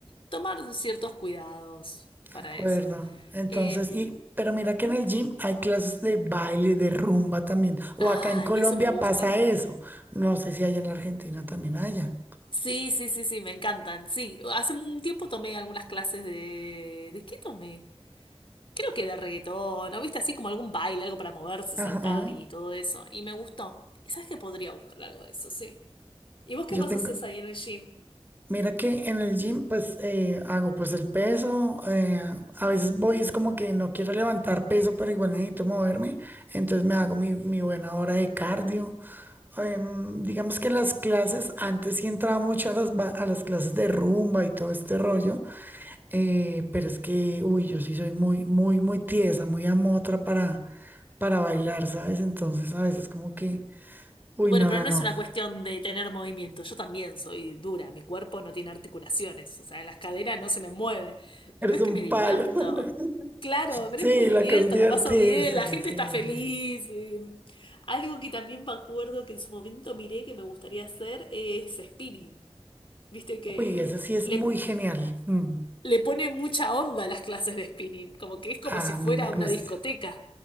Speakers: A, on the left (about 60°); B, on the right (about 20°).
A: tomar ciertos cuidados para
B: acuerdo.
A: eso.
B: Entonces,
A: Eh,
B: y, pero mira que en el gym hay clases de baile, de rumba también. O
A: ah,
B: acá en Colombia
A: y eso me gusta.
B: pasa eso. No sé si allá en la Argentina también haya.
A: Sí, sí, sí, sí, me encantan. Sí, hace un tiempo tomé algunas clases de... ¿De qué tomé? Creo que de reggaetón, ¿no? ¿Viste? Así como algún baile, algo para moverse, saltar
B: Ajá.
A: y todo eso. Y me gustó. ¿Y sabes que podría buscar algo de eso? Sí. ¿Y vos qué
B: Yo
A: más
B: tengo.
A: haces ahí en el gym?
B: Mira que en el gym pues eh, hago pues el peso, eh, a veces voy es como que no quiero levantar peso, pero igual necesito moverme, entonces me hago mi, mi buena hora de cardio. Em, digamos que las clases, antes sí entraba mucho a las, ba- a las clases de rumba y todo este rollo, eh, pero es que, uy, yo sí soy muy, muy, muy tiesa, muy amotra para, para bailar, ¿sabes? Entonces a veces como que, uy,
A: Bueno,
B: no,
A: pero
B: no,
A: no
B: no,
A: es una cuestión de tener movimiento. Yo también soy dura. Mi cuerpo no tiene articulaciones. O sea, las caderas no se me mueven. Pero
B: eres
A: es
B: un
A: que me divierto.
B: palo. <laughs>
A: Claro, pero
B: Sí,
A: es que me divierto,
B: la cosa es divertirse,
A: la paso bien, la gente
B: sí,
A: está feliz.
B: sí.
A: eh. Algo que también me acuerdo que en su momento miré que me gustaría hacer es spinning. Viste que
B: Uy, eso sí es
A: le,
B: muy genial. Mm,
A: le pone mucha onda a las clases de spinning, como que es como
B: a
A: si fuera
B: mí me
A: una
B: gusta.
A: discoteca.